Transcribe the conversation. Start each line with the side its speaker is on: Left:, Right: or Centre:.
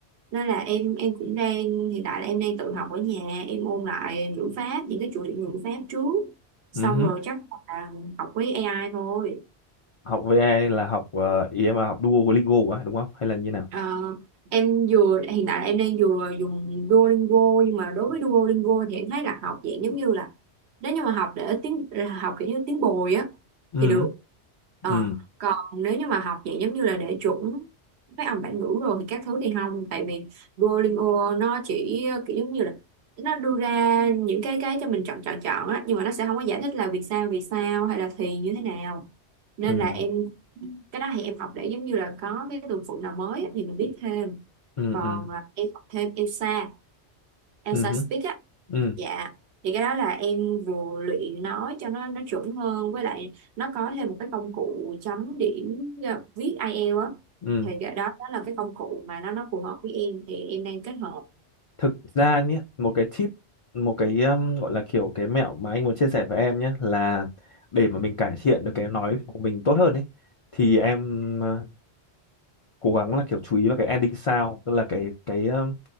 Right: nên là em em cũng đang hiện tại là em đang tự học ở nhà em ôn lại ngữ pháp những cái chủ đề ngữ pháp trước xong
Left: ừ. hứ.
Right: rồi chắc là học với AI thôi
Left: Học VA là học ờ, ý em là học Duolingo quá đúng không? Hay là như nào?
Right: Ờ, em vừa hiện tại là em đang vừa dùng Duolingo nhưng mà đối với Duolingo thì em thấy là học dạng giống như là nếu như mà học để tiếng là học kiểu như tiếng bồi á
Left: Ừ,
Right: thì được Ờ,
Left: ừ,
Right: còn nếu như mà học dạng giống như là để chuẩn phát âm bản ngữ rồi thì các thứ thì không tại vì Duolingo nó chỉ ờ, kiểu giống như là nó đưa ra những cái cái cho mình chọn chọn chọn á nhưng mà nó sẽ không có giải thích là vì sao vì sao hay là thì như thế nào nên
Left: ừ,
Right: là em cái đó thì em học để giống như là có cái từ vựng nào mới á, thì mình biết thêm
Left: ừ,
Right: còn
Left: ừ,
Right: à, em học thêm ELSA ELSA
Left: ừ, hứ,
Right: Speak á
Left: ừ,
Right: dạ thì cái đó là em vừa luyện nói cho nó nó chuẩn hơn với lại nó có thêm một cái công cụ chấm điểm à, viết IELTS á
Left: ừ.
Right: thì cái đó đó là cái công cụ mà nó nó phù hợp với em thì em đang kết hợp
Left: Thực ra nhé, một cái tip, một cái um, gọi là kiểu cái mẹo mà anh muốn chia sẻ với em nhé là để mà mình cải thiện được cái nói của mình tốt hơn ấy thì em ờ, cố gắng là kiểu chú ý vào cái ending sound, tức là cái cái um,